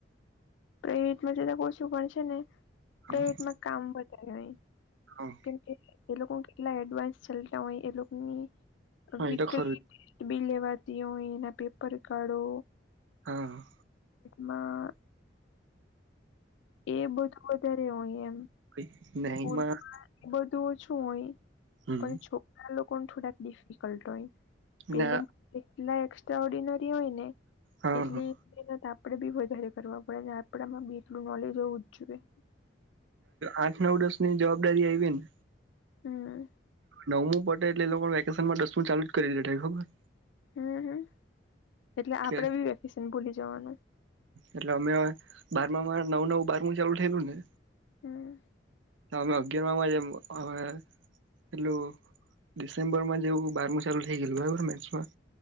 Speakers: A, on the left (about 80°); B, on the right (about 85°).
A: પ્રાઈવેટમાં જતા કોશું પણ છે ને
B: હા
A: પ્રઇવેટમાં કામ વધારે નહી
B: હા.
A: કેમ કે એ લોકો કેટલા એડવાન્સ ચાલતા હોય એ લોકોની
B: હા
A: વીકલી
B: એ તો ખરું
A: બિલ લેવાતીઓ એના પેપર કાઢો
B: હા.
A: ના. એ બધું વધારે હોય એમ
B: વીક નહી
A: સ્કૂલ
B: માં
A: બધું ઓછું હોય
B: હમ
A: પણ છોકરા લોકો થોડાક ડિફિકલ્ટ હોય પેલું
B: ના
A: એટલા એસ્ટ્રા ઓર્ડિનરી હોય ને
B: હા
A: એટલી આપણેે બી વધારે કરવા પડે ને આપણામાં બી એટલું નોલેજ હોવું જ જોઈએ
B: આઠ નવ દસ ની જવાબદારી આવી ને
A: હમ
B: નવમું પટે એટલે લોકો વેકેશન માં દસમું ચાલુ જ કરી જ દેતા હોય ખબર
A: હમ હમ એટલે આપણે
B: કે
A: બી વેકેશન ભૂલી જવાનું
B: એટલે અમે બારમામાં નવ નવ બારમું ચાલુ થયેલું ને
A: હમ
B: તો અમે અગિયારમાં જે હવે એટલું ડિસેમ્બર માં જેવું બારમું ચાલુ થઈ ગયેલું બરાબર મેચમાં